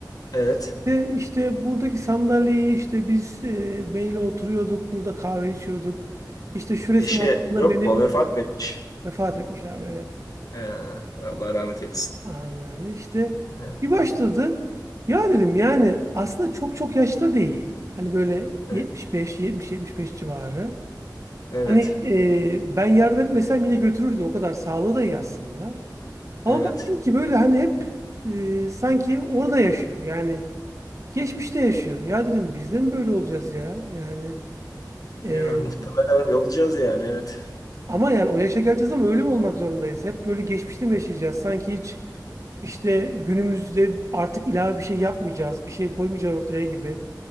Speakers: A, on the left; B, on the right.
A: Evet.
B: Ve işte buradaki sandalyeye işte biz e, beyle oturuyorduk, burada kahve içiyorduk. İşte şu resim
A: Eşi
B: aslında
A: yok
B: benim
A: mu? Vefat mı etmiş?
B: vefat etmiş abi evet.
A: Ee, Allah rahmet eylesin.
B: Amin abi İşte
A: Evet.
B: bir başladı. Ya dedim yani aslında çok çok yaşlı değil. Hani böyle
A: Evet.
B: 75, 70, 75 civarı.
A: Evet.
B: Hani e, ben yardım etmesem yine götürürdü. O kadar sağlığı da iyi aslında. Ama
A: Evet.
B: baktım ki böyle hani hep e, sanki orada yaşıyor. Yani Geçmişte yaşıyor. Ya dedim biz de mi böyle olacağız ya? Yani e,
A: Ya muhtemelen olacağız yani. Evet.
B: ama yani o yaşa geleceğiz ama öyle mi olmak zorundayız? Hep böyle geçmişte mi yaşayacağız? Sanki hiç işte günümüzde artık ilave bir şey yapmayacağız, bir şey koymayacağız ortaya gibi.